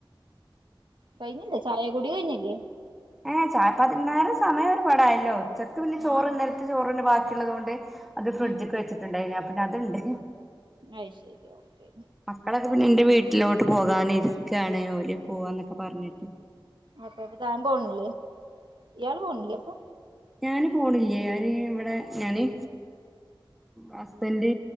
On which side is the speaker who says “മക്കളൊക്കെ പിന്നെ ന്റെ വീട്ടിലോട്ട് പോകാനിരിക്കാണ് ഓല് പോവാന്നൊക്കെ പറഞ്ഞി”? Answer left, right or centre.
Centre